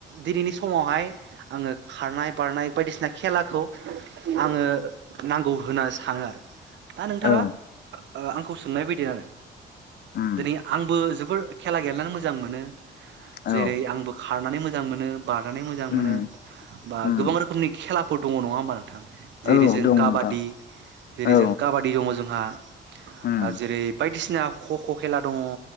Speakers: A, on the right; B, on the left.
A: दिनैनि समावहाय आङो खारनाय बारनाय बायदिसिना खेलाखौ आङो नांगौ होनना सानो आरो दा नोंथाङा
B: औ
A: आंखौ मोननाय बायदि आरो
B: उम
A: दिनै आंबो ज बेफोर खेला गेलेनानै मोजां मोनो
B: औ
A: जेरै आंबो खारनानै मोजां मोनो बारनानै मोजां
B: उम
A: मोनो बा
B: उम
A: गोबां रोखोमनि खेला दङ नङा बा नोंथां जेरै
B: औ
A: जों
B: दं
A: काबादि
B: नोंथां
A: जेरै
B: औ
A: जों काबादि दङ जोंहा
B: उम
A: हा जेरै बाय बायदिसिना खख' खेला दङ